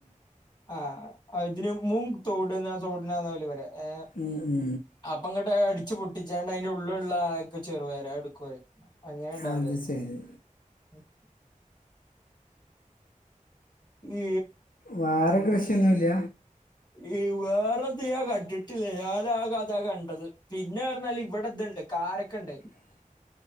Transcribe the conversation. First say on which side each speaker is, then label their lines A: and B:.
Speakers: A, on the left; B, on the left.
A: ആഹ് ഇതിന് മുങ് തോട്ന്ന തോട്നന്ന ഓല് പറ്യ <unintelligible> ഏ
B: ഉം ഉം
A: അപ്പ അങ്ങട്ട് അടിച്ച് പൊട്ടിച്ചാണ്ട് അതിന്റെ ഉള്ള് ഇള്ള ആക്കെ ചെറുപയർ അത്. എടുക്കും അഹ് അങ്ങനെ ഇണ്ടാവല്
B: അത്
A: അഹ്.
B: ശരി
A: !! ഈ
B: വാ റെ കൃഷിയൊന്നുല്ല
A: ഈ വേറെ ഇത് യാ കണ്ടിട്ടില്ല. ഞാൻ ആ കസാലെ കണ്ടത്. പിന്നെ അറ്ഞ്ഞാല് ഇവടെ ഇത്ണ്ട്. കാരക്കെണ്ട്
B: !!